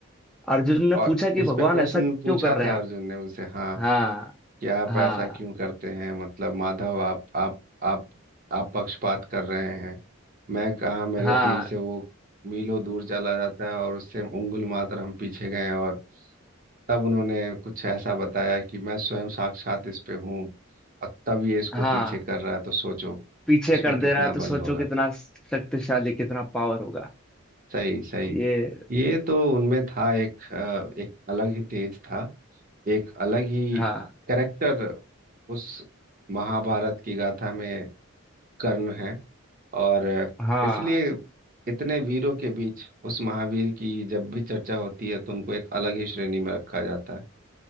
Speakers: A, in the centre; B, on the right.
A: अर्जुन ने
B: और
A: पूछा कि
B: इस
A: भगवान
B: पे प्रश्न
A: ऐसा क्यों
B: पूछा
A: कर रहे
B: था
A: हैं आप
B: अर्जुन ने उनसे हाँ
A: हाँ
B: कि आप
A: हाँ
B: ऐसा क्यों करते हैं मतलब माधव आप आप आप आप पक्षपात कर रहे हैं मैं कहा मेरे
A: हाँ
B: तीर से वो मीलों दूर चला जाता है और उससे उंगुल मात्र हम पीछे गए और तब उन्होंने कुछ ऐसा बताया कि मैं स्वयं साक्षात इस पे हूँ और तब ये इसको
A: हाँ
B: पीछे कर रहा है तो सोचो
A: पीछे
B: उसमें
A: कर
B: कितना
A: दे रहा है
B: बल
A: तो सोचो
B: होगा
A: कितना शक्तिशाली कितना पावर होगा
B: सही सही
A: ये
B: ये तो उनमें था एक अ, एक अलग ही तेज था एक अलग ही
A: हाँ
B: कैरेक्टर उस महाभारत की गाथा में कर्ण है और
A: हाँ
B: इसलिए इतने वीरों के बीच उस महावीर की जब भी चर्चा होती है तो उनको एक अलग ही श्रेणी में रखा जाता है